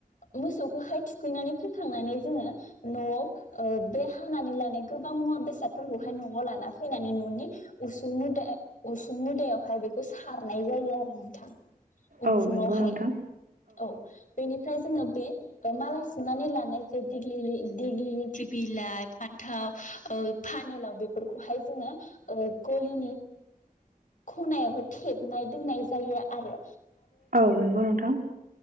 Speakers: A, on the left; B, on the right.
A: मोसौखौहाय थुखैनानै फैखांनानै जोङो नआव ओ बे हानानै लानाय गोबां मुवा बेसादफोरखौहाय नआव लाना फैनानै ननि उसुं मुदा‌ उसुं मुदायावहाय बेखौ सार सानाय जायो आरो नोंथां। उखुमावहाय
B: औ नंगौ नोंथां
A: औ बेनिफ्राय जोङो बे माला सुनानै ला नाय जे‌ दिगलि लिटि बिलाइ फान्थाव फानलाव बेफोरखौहाय जोङो ओ गलि ख'नायावहो थेब नाय दोननाय जायो आरो।
B: औ नोंगौ नोंथां।